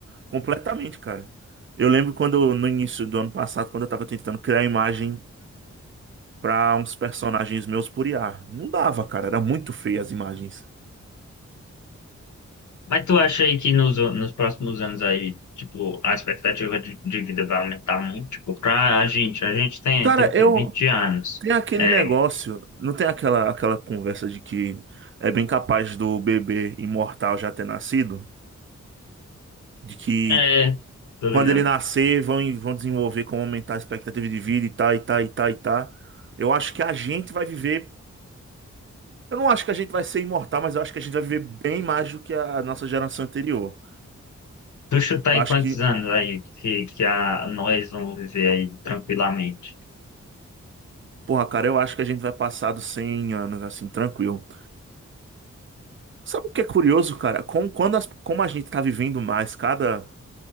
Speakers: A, on the right; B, on the left.
A: completamente, cara. Eu lembro quando, no início do ano passado, quando eu tava tentando criar imagem pra uns personagens meus por IA. Não dava, cara. Era muito feia as imagens.
B: Mas tu acha aí que nos, nos próximos anos aí, tipo, a expectativa de, de vida vai aumentar muito? Tipo, pra a gente, a gente tem,
A: Cara,
B: tem o quê?
A: eu,
B: vinte anos.
A: Tem aquele
B: É,
A: negócio, não tem aquela, aquela conversa de que é bem capaz do bebê imortal já ter nascido? De que
B: é, tô ligado.
A: quando ele nascer vão, vão desenvolver como aumentar a expectativa de vida e tá, e tá, e tá, e tá. Eu acho que a gente vai viver. Eu não acho que a gente vai ser imortal, mas eu acho que a gente vai viver bem mais do que a nossa geração anterior.
B: Tu chuta
A: Eu
B: aí
A: acho
B: quantos
A: que,
B: anos aí que, que a, nós vamos viver aí tranquilamente?
A: porra, cara, eu acho que a gente vai passar dos 100 anos assim, tranquilo. Sabe o que é curioso, cara? Como, quando as- como a gente tá vivendo mais cada